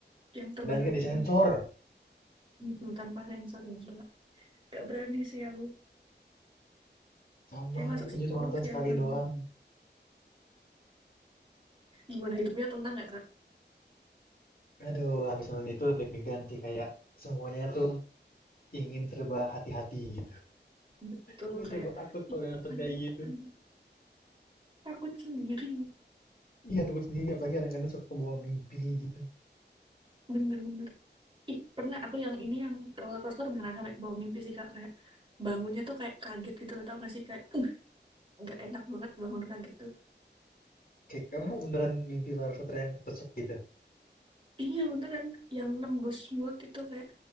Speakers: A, on the right; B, on the left.
A: yang terbaru
B: Dan nggak disensor,
A: ini Mm, tanpa sensor gila gak berani sih aku
B: sama
A: saya masuk
B: aku
A: psikolog
B: juga cuma nonton
A: sih
B: sekali
A: habis nonton
B: doang.
A: gimana hidupnya tenang gak kak
B: Aduh, habis nonton itu deg-degan sih kayak semuanya tuh ingin serba hati-hati gitu.
A: betul
B: <laughs>
A: kayak
B: Serba takut kalau
A: ih
B: udah nonton
A: apaan,
B: kayak
A: apaan.
B: gitu.
A: takut sendiri
B: Iya, takut sendiri, apalagi kadang-kadang suka kebawa mimpi gitu.
A: bener-bener ih pernah aku yang ini yang roller coaster beneran sampai ke bawah mimpi sih kak kayak bangunnya tuh kayak kaget gitu loh tau gak sih kayak "Uh, nggak enak banget bangun kaget tuh
B: Kayak kamu beneran mimpi Lara Sutera yang ketusuk gitu.
A: iya beneran yang nembus mulut itu kayak